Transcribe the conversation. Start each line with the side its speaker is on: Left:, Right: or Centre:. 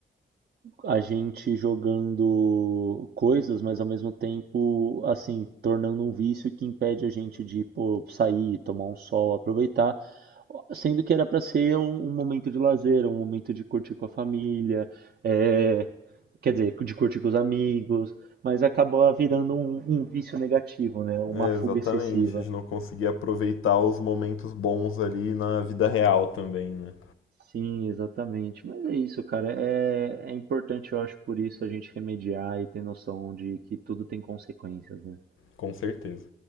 Right: a gente jogando coisas, mas ao mesmo tempo, assim, tornando um vício que impede a gente de, pô, sair, tomar um sol, aproveitar, sendo que era para ser um, um momento de lazer, um momento de curtir com a família, é, quer dizer, de curtir com os amigos, mas acabou virando um, um vício negativo, né? Uma
Left: É,
Right: fuga
Left: exatamente,
Right: excessiva.
Left: de não conseguir aproveitar os momentos bons ali na vida real também, né?
Right: Sim, exatamente. Mas é isso, cara. É, é importante, eu acho, por isso a gente remediar e ter noção de que tudo tem consequências, né?
Left: Com certeza.